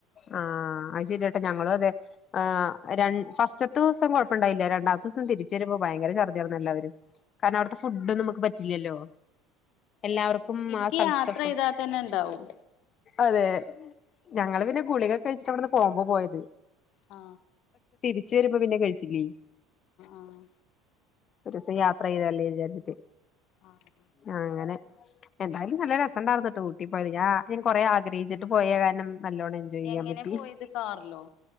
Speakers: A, on the left (about 45°); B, on the left (about 65°).
A: ആ അത് ശരിയട്ടെ ഞങ്ങള്അതെ ആ. ഫസ്റ്റ്ത്തെ ദിവസം കുഴപ്പംണ്ടായില്ല. രണ്ടാമത്തെ ദിവസം തിരിച്ചു വരുമ്പോൾ ഭയങ്കര ഛർദ്ദിയായിര്ന്ന് എല്ലാവരും. കാരണം അവിടുത്തെ ഫുഡൊന്നും നമുക്ക് പറ്റില്ലല്ലോ. എല്ലാവർക്കും
B: ഇൻക്ക്
A: ആ സ്ഥലത്തെ
B: യാത്ര
A: ഫുഡ്
B: ചെയ്താതന്നെ ഇണ്ടാവും.
A: അതെ. ഞങ്ങൾ പിന്നെ ഗുളികൊക്കെ കഴിച്ചിട്ട ഇവിടന്ന് പോവുമ്പോ പോയത്.
B: ആ
A: ഉച്ചരുമ്പ പിന്നേം കഴിച്ചില്ലേ?
B: ആഹ്
A: ഒരുസം യാത്ര ചെയ്തല്ലേ വിചാരിച്ചിട്ട്.
B: ആഹ്
A: ആ അങ്ങനെ. എന്തായാലും നല്ല രസംണ്ടായിർന്ന്ട്ടോ ഊട്ടിപ്പോയത് ഞാ ഞാൻ കൊറേ ആഗ്രഹിച്ചിട്ട് പോയ കാരണം നല്ലോണം ചെയ്യാം
B: എങ്ങനെ
A: പറ്റി.
B: പോയത് കാറിലോ